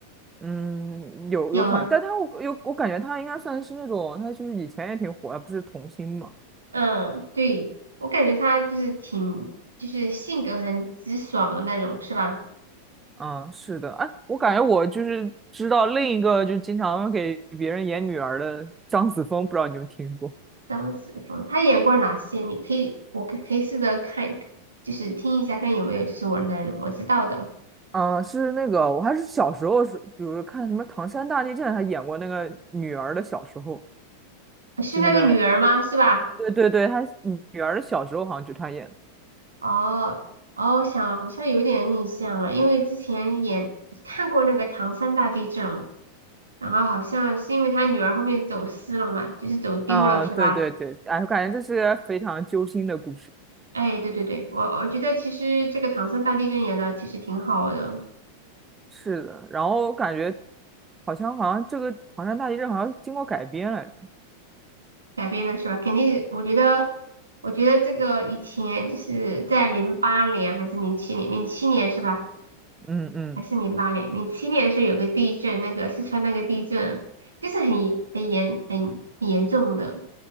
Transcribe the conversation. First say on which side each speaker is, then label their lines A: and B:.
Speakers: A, on the right; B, on the right.
A: 嗯，有有可能，
B: 有吗？
A: 但他我有我感觉他应该算是那种，他就是以前也挺火，不是童星嘛？
B: 嗯，对，我感觉她就是挺就是性格很直爽的那种，是吧？
A: 嗯，是的，哎，我感觉我就是知道另一个，就经常给别人演女儿的张子枫，不知道你有没有听过？
B: 张子枫，他演过哪些？你可以，我可可以试着看，就是听一下，看有没有就是我能我知道的，
A: 嗯，是那个，我还是小时候是，比如看什么《唐山大地震》，他演过那个女儿的小时候，
B: 是那个女儿吗？
A: 就那个，
B: 是吧？
A: 对对对，他女儿的小时候好像就他演的。
B: 哦哦，我想好像有点印象了，因为之前演看过那个唐山大地震嘛然后好像是因为他女儿后面走失了嘛，就是走丢了，
A: 嗯，
B: 是吧？
A: 对对对，哎，我感觉这是非常揪心的故事。
B: 哎，对对对，我我觉得其实这个唐山大地震演的其实挺好的，
A: 是的，然后感觉好像好像这个唐山大地震好像经过改编来着。
B: 改变的是吧？肯定，我觉得，我觉得这个以前就是在零八年还是零七年，零七年是吧？
A: 嗯嗯
B: 还是零八年？零七年的时候有个地震，那个四川那个地震，就是很很严很严重的，